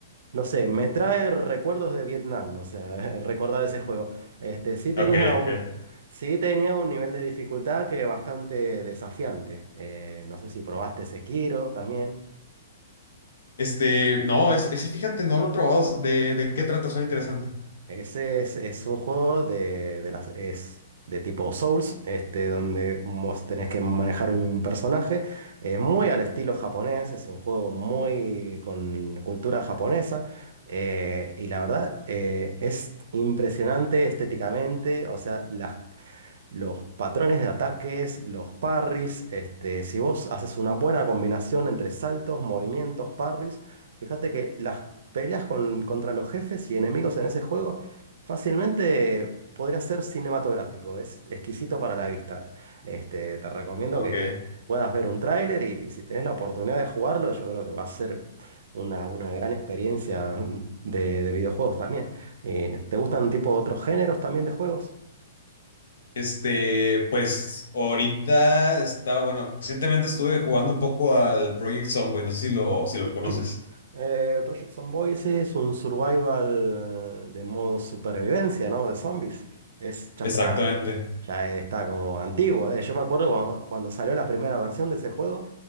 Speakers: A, on the right; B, on the left.
A: No sé, me trae recuerdos de Vietnam, o sea, <laughs> recordar ese juego. Este, sí tenía
B: Ok,
A: un,
B: ok.
A: sí tenía un nivel de dificultad que bastante desafiante. Eh, no sé si probaste Sekiro también.
B: Este, no, es- ese, fíjate, no lo he probado. ¿De, de qué trata? Suena interesante.
A: Ese es, es un juego de, de las, es de tipo Souls, este, donde mos- tenés que manejar un personaje. Es muy al estilo japonés, es un juego muy con cultura japonesa. eh, y la verdad, eh, es impresionante estéticamente. O sea, las los patrones de ataques, los parries. Este, si vos haces una buena combinación entre saltos, movimientos, parries, fíjate que las peleas con- contra los jefes y enemigos en ese juego fácilmente podría ser cinematográfico. Es exquisito para la vista. Este, te recomiendo
B: Ok.
A: que puedas ver un tráiler y si tenés la oportunidad de jugarlo, yo creo que va a ser una, una gran experiencia de, de videojuegos también. Eh, ¿te gustan tipo otros géneros también de juegos?
B: Este, pues ahorita estaba, bueno, recientemente estuve jugando un poco al Project Zomboid, no sé si lo, si lo
A: <clears throat>
B: conoces.
A: Eh, Project Zomboid es un survival de modo supervivencia, ¿no? De zombies. Es, ya
B: Exactamente.
A: está, ya está como antiguo. eh. Yo me acuerdo cuando, cuando salió la primera versión de ese juego,